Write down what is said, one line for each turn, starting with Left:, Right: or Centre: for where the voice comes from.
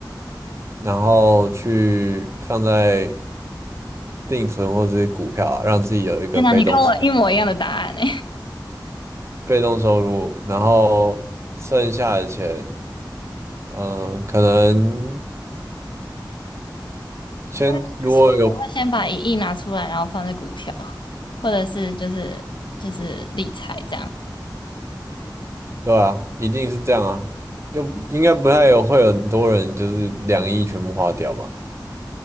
Right: 然后去放在定存或者是股票啊，让自己有一个被动。
Left: 天哪，你跟我一模一样的答案呢
Right: 被动收入，然后剩下的钱，嗯、可能先如果有，
Left: 我也是说，我会先把一亿拿出来，然后放在股票，或者是就是就是理财这样。
Right: 对啊，一定是这样啊，又应该不太有会有很多人就是两亿全部花掉吧，